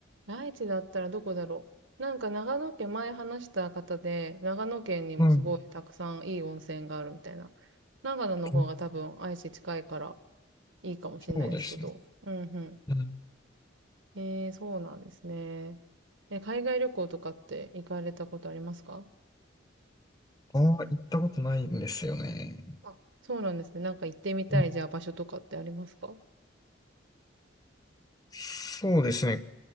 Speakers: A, on the right; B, on the left.
A: 愛知だったらどこだろう。なんか長野県、前話した方で、長野県にもすごいたくさんいい温泉があるみたいな。
B: はい。
A: 長野の方が多分愛知近いから
B: うん
A: いいかもしれないですけど。
B: そうですね。
A: うんう
B: うん
A: ん。えー、そうなんですね。え、海外旅行とかって行かれたことありますか
B: ああ、行ったことないんですよね。
A: あ、そうなんですね。なんか行ってみたい、
B: うん
A: じゃあ場所とかってありますか
B: そうですね。